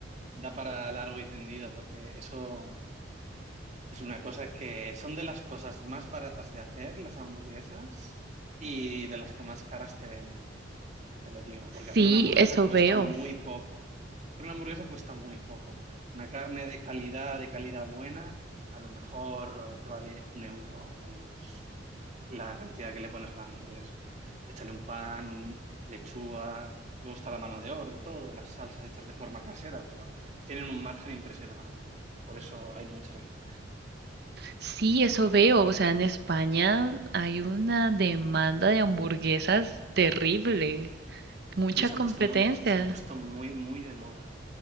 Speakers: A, on the right; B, on the right.
A: da para largo y tendido, porque eso... Es una cosa que son de las cosas más baratas de hacer, las hamburguesas, y de las que más caras te venden, te lo digo, porque hacer
B: Sí,
A: una hamburguesa
B: eso
A: cuesta
B: veo.
A: muy poco. Hacer una hamburguesa cuesta muy poco. Una carne de calidad, de calidad buena, a lo mejor te vale un euro o menos la cantidad que le pones a la hamburguesa. Échale un pan, lechuga, luego está la mano de obra y todo, y las salsas hechas de forma casera, pero tienen un margen impresionante. Por eso hay muchas aquí.
B: Sí, eso veo. O sea, en España hay una demanda de hamburguesas terrible, mucha
A: Sí, se
B: competencia.
A: han puesto muy, se han puesto muy, muy de moda.